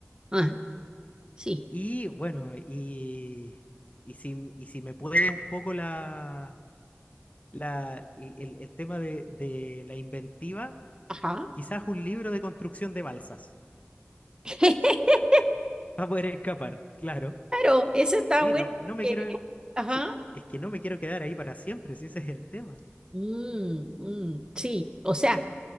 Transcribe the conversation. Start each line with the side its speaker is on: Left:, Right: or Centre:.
Right: Ah, sí.
Left: Y bueno, y, y, si, y si me puede un poco la, la, el, el tema de de la inventiva.
Right: Ajá.
Left: Quizás un libro de construcción de balsas.
Right: <laughs>
Left: <laughs> Para poder escapar, claro.
Right: Claro, eso está
Left: Sí,
Right: bueno.
Left: no, no me
Right: que-
Left: quiero.
Right: Ajá.
Left: Sí, es que no me quiero quedar ahí para siempre, si ese es el tema.
Right: Mm, mm, sí, o sea,